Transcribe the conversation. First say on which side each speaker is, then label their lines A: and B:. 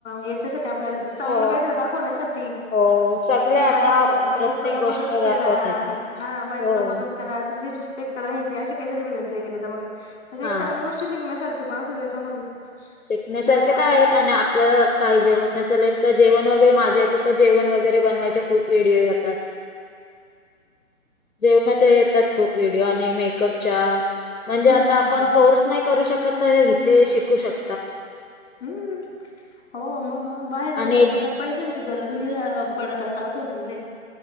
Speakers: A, on the left; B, on the left.
A: येच्या साठी आपल्या चांगलं
B: हो
A: कांहीतरी दाखविण्यासाठी
B: हो सगळ्या
A: कि
B: आता
A: बायको बायकोला
B: प्रत्येक
A: मदत
B: गोष्ट
A: करा.
B: दाखवत आहेत
A: हा बायको
B: हो
A: ला मत करा तीची रिस्पेक्ट करा. करा ते असे कांहीतरी व्हिडिओ वगैरे बघा
B: हा
A: एक चांगल्या गोष्ट शिकण्यासारखं पण असता त्याच्यामध्ये
B: शिकण्यासारखे
A: हम्म
B: तर आहेत आणि आपल्याला काही जेवण नसेल येत. तर जेवण वगैरे माझ्या येच्या तर जेवण वगैरे बनवायचे खूप व्हिडिओ येतात. जेवणाच्या येतात खूप व्हिडिओ आणि मेकअपच्या म्हणजे
A: हम्म
B: आता आपण
A: हम्म
B: कोर्स नाही करू शकत तरी तेे शिकू शकतात.
A: हम्म हो मग मग बाहेर म्हणजे
B: आणि
A: आता
B: एक
A: काय पैसयंची पैसे यांची गरज पडत नाही आता असहूणगेलआहे